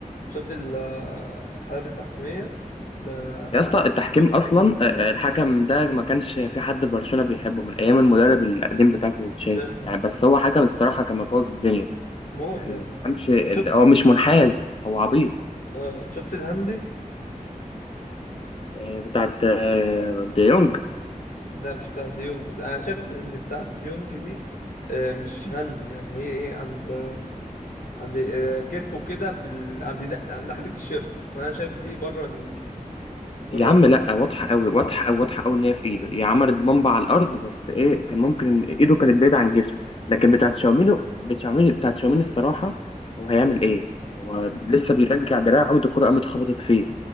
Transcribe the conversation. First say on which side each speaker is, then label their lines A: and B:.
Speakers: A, on the left; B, on the left.
A: شفت ال- الحالات التحكيمية ده
B: يا
A: تحسن
B: اسطى التحكيم
A: ظلم
B: اصلا
A: كبير
B: آه، الحكم ده ما كانش في حد في برشلونه بيحبه من ايام المدرب القديم
A: آه.
B: بتاعكو تشافي
A: شافي
B: يعني بس هو حكم الصراحه كان مبوظ الدنيا
A: موت
B: يعني
A: يا ابني
B: ما تفهمش
A: شفت
B: هو مش منحاز هو عبيط
A: اه شفت الهندي
B: آه، بتاعت آه، دي يونج
A: لا مش بتاع ديونج انا شايف ان بتاع ديونج دي آه، مش هندي يعني هي ايه عند عند آه، كتفه كده بال... عند ن- ناحية التيشيرت فانا شايف دي بره ال... بره
B: يا عم لا واضحه قوي واضحه قوي واضحه قوي ان هي في ايده هي عملت بمبة على الارض بس ايه كان ممكن ان ايده كانت بعيده عن جسمه لكن بتاعت شاوميني بتاعت شاوميني بتاعت شاوميني الصراحه هو هيعمل ايه هو لسه بيرجع دراعه قوة الكره قامت خبطت فيه